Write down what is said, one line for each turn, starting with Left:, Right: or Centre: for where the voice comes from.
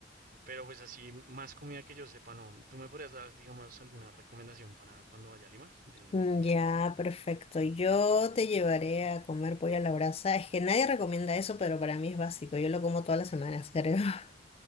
Right: pero pues así, más comida que yo sepa, no. ¿Tú me podrías dar, digamos, alguna recomendación para cuando vaya a Lima de,
Left: Mm,
Right: de comida?
Left: Ya, perfecto. Yo te llevaré a comer pollo a la brasa. Es que nadie recomienda eso, pero para mí es básico. Yo lo como todas las semanas, creo. <laughs>